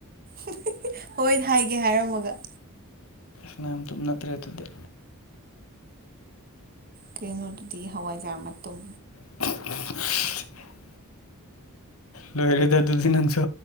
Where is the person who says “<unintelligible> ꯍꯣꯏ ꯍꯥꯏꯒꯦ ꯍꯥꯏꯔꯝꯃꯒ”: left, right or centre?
Right